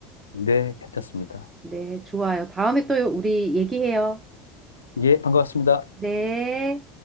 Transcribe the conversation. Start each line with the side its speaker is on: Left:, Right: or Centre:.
Left: 네, 괜찮습니다.
Right: 네, 좋아요. 다음에 또 우리 얘기해요.
Left: 예, 반가웠습니다.
Right: 네.